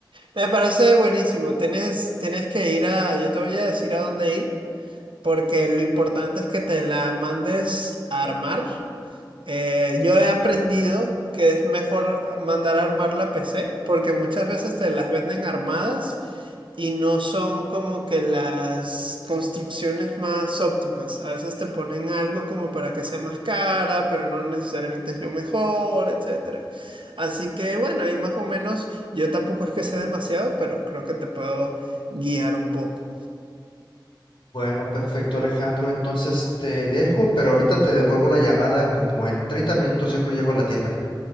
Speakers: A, on the right; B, on the left.
A: Me parece buenísimo. Tienes, tienes que ir a, yo te voy a decir a dónde ir, porque lo importante es que te la mandes a armar. Eh, yo he aprendido que es mejor mandar a armar la PC, porque muchas veces te las venden armadas. y no son como que las construcciones más óptimas. A veces te ponen algo como para que sea más cara, pero no necesariamente es lo mejor, etcétera. Así que bueno, ahí más o menos yo tampoco es que sé demasiado, pero creo que te puedo guiar un poco.
B: Bueno, perfecto Alejandro, entonces te dejo, pero ahorita te devuelvo la llamada como en 30 minutos yo creo llego a la tienda.